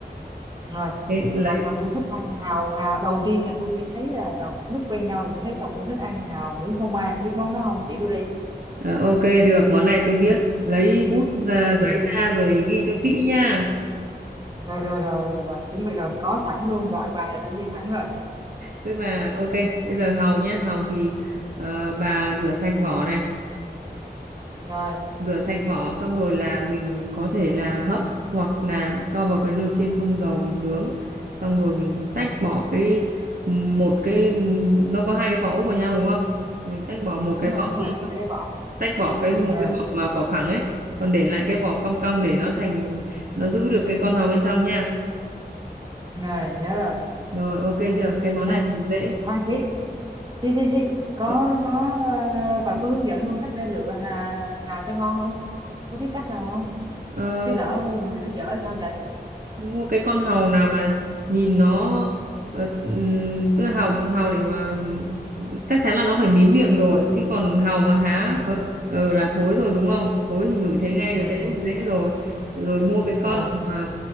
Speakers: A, on the right; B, on the right.
A: rồi
B: Thế lấy
A: mà chồng tôi thích ăn hàu hào đầu tiên là tôi chỉ thấy là chồng lúc quen nhau là tôi thấy chồng tôi thích ăn hàu nướng phô mai biết món đó không chỉ tôi đi
B: Ờ, ok được, món này tôi biết. Lấy bút ra,
A: rồi
B: giấy
A: rồi
B: ra rồi ghi cho kỹ nha.
A: rồi rồi, rồi, rồi, rồi. chuẩn bị rồi có sẵn luôn gọi bàn là chuẩn bị sẵn rồi
B: Tức là ok, bây giờ hàu nhá, hàu thì ờ, bà rửa sạch vỏ này,
A: rồi
B: rửa sạch vỏ xong rồi là mình có thể là hấp hoặc là cho vào cái nồi chiên không dầu mình nướng. Xong rồi mình tách bỏ cái một cái nó có hai cái vỏ úp vào nhau đúng không? Mình tách bỏ một
A: đúng
B: cái
A: rồi
B: vỏ
A: đúng rồi
B: đi,
A: nó có hai cái vỏ
B: tách bỏ cái một
A: rồi
B: cái vỏ mà vỏ phẳng ấy, còn để lại cái vỏ cong cong để nó thành nó giữ được cái con hàu bên trong nha
A: rồi nhớ rồi
B: Rồi ok chưa? Cái món
A: à
B: này thì dễ.
A: khoan xí Xí xí xí. Có
B: Ờ,
A: có ờ, bà có hướng dẫn luôn cách để lựa hà, hào cho ngon không? Có biết cách nào không?
B: ờ,
A: Chứ lỡ mua về nó dở thì sao vậy?
B: mua cái con hàu nào mà nhìn nó ờ, ừm, tức hàu hàu để mà chắc chắn là nó phải mím miệng rồi chứ còn hàu mà há
A: Ừ
B: ờ, ờ, là thối rồi đúng không thối thì ngửi thấy ngay
A: ừ
B: rồi cái đấy thì dễ rồi rồi mua cái con
A: nè,
B: mà